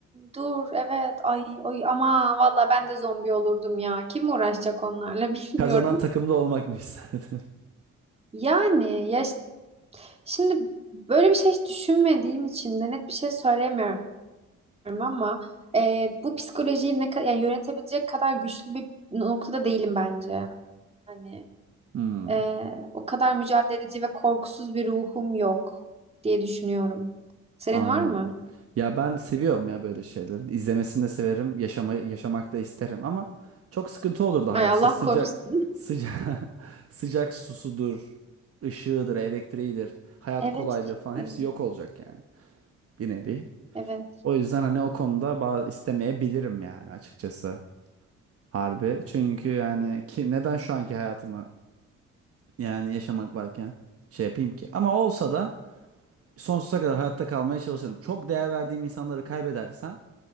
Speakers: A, on the right; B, on the right.
A: dur evet. Ay ay ama valla ben de zombi olurdum ya. Kim uğraşacak onlarla <laughs> bilmiyorum.
B: Kazanan takımda olmak mı isterdin?
A: Yani ya ş- şimdi böyle bir şey hiç düşünmediğim için de net bir şey söylemiyorum ama e, bu psikolojiyi ne kadar yani yönetebilecek kadar güçlü bir noktada değilim bence. Hani
B: <laughs> Hmm.
A: e, o kadar mücadeleci ve korkusuz bir ruhum yok diye düşünüyorum. Senin
B: Anladım.
A: var mı?
B: Ya ben seviyorum ya böyle şeyleri. İzlemesini de severim, yaşama, yaşamak da isterim ama çok sıkıntı olurdu hayat.
A: Ay Allah
B: İşte sıcak
A: korusun.
B: sıcak <laughs> sıcak susudur, ışığıdır, elektriğidir, hayat
A: Evet.
B: kolaylığı
A: işte.
B: falan hepsi yok olacak yani bir nevi.
A: Evet.
B: O yüzden hani o konuda bazı istemeyebilirim yani açıkçası. Harbi. Çünkü yani ki neden şu anki hayatımı yani yaşamak varken şey yapayım ki? Ama olsa da sonsuza kadar hayatta kalmaya çalışırım. Çok değer verdiğim insanları kaybedersem